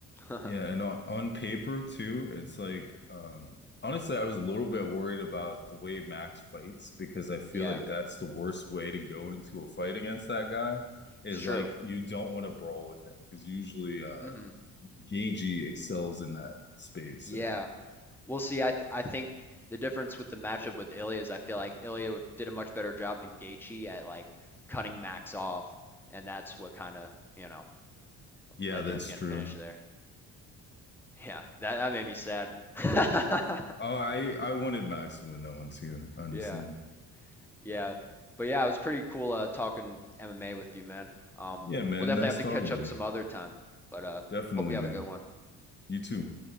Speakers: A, in the centre; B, on the left.
A: <laughs>
B: Yeah, and on on paper too, it's like um honestly I was a little bit worried about the way Max fights because I feel
A: Yeah,
B: like that's the worst way to go into a fight against that guy is
A: it's true.
B: like you don't want to brawl with him because usually uh
A: hmm
B: Gagey excels in that space.
A: Yeah,
B: So
A: we'll see. I th I think the difference with the matchup with Ilya is I feel like Ilya did a much better job than Gaethje at like cutting Max off, and that's what kind of, you know,
B: yeah,
A: led
B: that's
A: to him getting
B: true.
A: finished there. Yeah, that that made me sad. <laughs>
B: Oh, I I wanted Max to win that one too. I understand.
A: Yeah, yeah, but yeah, it was pretty cool uh, talking MMA with you, man. Um,
B: Yeah, man.
A: we'll definitely
B: Nice
A: have to
B: talking
A: catch
B: with
A: up
B: you.
A: some other time, but uh,
B: Definitely,
A: hope you have
B: man.
A: a good one.
B: You too.